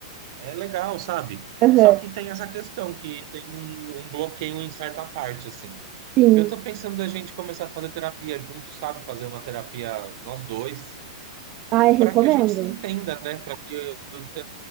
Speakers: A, on the right; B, on the right.
A: É legal, sabe?
B: aham,
A: Só que tem essa questão que tem um, um bloqueio em certa parte, assim.
B: sim.
A: Eu tô pensando da gente começar a fazer terapia junto, sabe? Fazer uma terapia nós dois.
B: Ai,
A: para
B: recomendo.
A: que a gente se entenda, né? Para que o te-